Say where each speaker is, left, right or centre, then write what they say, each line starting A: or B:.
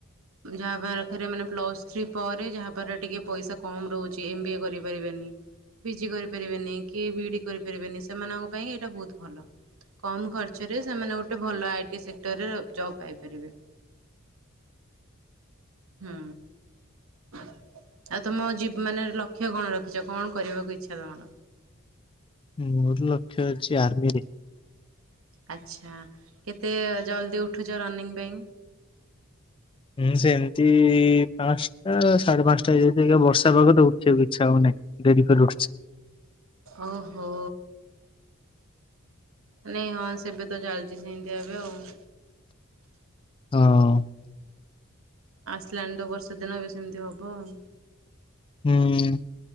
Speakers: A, on the right (about 75°); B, on the left (about 25°).
A: ଯାହା ପାହାରେ ମାନେ ପ୍ଲସ ଥ୍ରୀ ପରେ ଯାହା ପାଖରେ ଟିକେ ପଇସା କମ ରହୁଛି ଏମ ବି ଏ କରିପାରିବେନି ପି ଜି କରିପାରିବେନି କି ବିଇଡି କରିପାରିବେନି ସେମାନଙ୍କ ପାଇଁ ଏଇଟା ବହୁତ ଭଲ। କମ୍ ଖର୍ଚ୍ଚରେ ସେମାନେ ଗୋଟେ ଭଲ ଆଇ ଟି ସେକ୍ଟରରେ ଜବ୍ ପାଇପାରିବେ। ହୁଁ। ଆଉ ତମ ଜୀବ ମାନେ ଲକ୍ଷ୍ୟ କଣ ରଖିଛ କଣ କରିବାକୁ ଇଚ୍ଛା ତମର?
B: ମୋର ଲକ୍ଷ ଅଛି ଆର୍ମିରେ।
A: ଆଚ୍ଛା କେତେ ଜଲ୍ଦି ଉଠୁଛ ରନିଙ୍ଗ ପାଇଁ?
B: ହୁଁ ସେମିତି ପାନ୍ସଟା, ସାଢେ ପାନ୍ସଟା, ହେଇଯାଉଛି ଏଇକା ବର୍ଷା ପାଗ ତ ଉଠିବାକୁ ଇଚ୍ଛା ହଉନି। ଡେରି କରି ଉଠୁଛି।
A: ଓ ହୋ। ନାଇଁ ହଁ ସେବେ ତ ଚାଲିଛି ସେମିତିଆ ଏବେ ଆଉ।
B: ହଁ।
A: ଆସିଲାଣି ତ ବର୍ଷା ଦିନ ଏବେ ସେମିତି ହବ ଆଉ।
B: ହୁଁ।